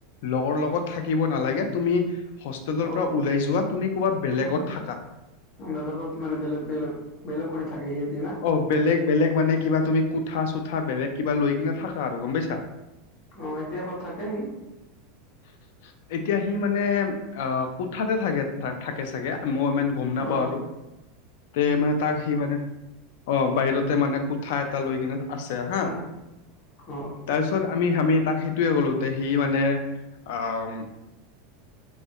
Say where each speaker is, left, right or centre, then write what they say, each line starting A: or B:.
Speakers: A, on the left (about 70°); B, on the left (about 50°).
A: লগৰ লগত থাকিব নালাগে তুমি হোষ্টেলৰ
B: অ
A: পৰা ওলাই যোৱা, তুমি কৰবাত বেলেগত
B: অমান
A: থাকা।
B: বেলেগত মানে, বেলেগ, বেলেগ, বেলেগ কৰি থাকে সিহঁতে না?
A: অ', বেলেগ, বেলেগ মানে, কিবা তুমি কোঠা-চোঠা বেলেগ কিবা লৈ কিনে থাকা আৰু, গম পাইছা?
B: অ', এতিয়া ক'ত থাকে সি?
A: <inaudible> এতিয়া সি মানে অ', কোঠাতে থাকে, থাকে চাগে, মই ইমান গম নাপাও
B: অ
A: আৰু, তে মানে তাক সি মানে অ', বাহিৰতে মানে কোঠা এটা লৈ কিনে আছে হা।
B: উম অ
A: তাৰপিছত আমি, আমি তাক সেইটোৱে ক'লো তে সি মানে অ'